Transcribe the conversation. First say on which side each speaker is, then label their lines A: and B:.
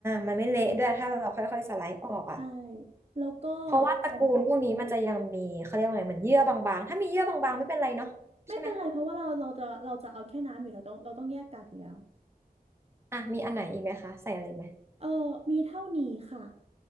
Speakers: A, on the right; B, on the right.
A: มันไม่เละด้วยถ้าเราค่อยๆสไลด์ออกอ่ะ
B: ใช่แล้วก็
A: เพราะว่าตระกูลพวกนี้มันจะยังมีเขาเรียกว่าไงเหมือนเยื่อบางๆถ้ามีเยื่อบางๆไม่เป็นไรเนาะใช่ไหม
B: เอิ่มไม่เป็นไรเพราะว่าเราเราจะเราจะเอาแค่น้ำอยู่แล้วต้องเราต้องแยกกากอยู่แล้ว
A: อ่ะมีอันไหนอีกไหมคะใส่อะไรอีกไหม
B: เออมีเท่านี้ค่ะ